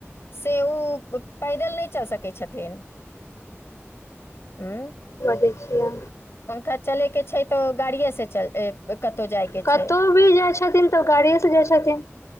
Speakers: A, on the left (about 55°); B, on the left (about 85°).
A: से ओ पैदल नहि चल सकै छथिन उ
B: दै छियै
A: पंखा चले के छै तऽ गाड़ियए से चल कतहु जाय के
B: कतहु
A: छै
B: भी जाइ छथिन तऽ गाड़िए से जाइ छथिन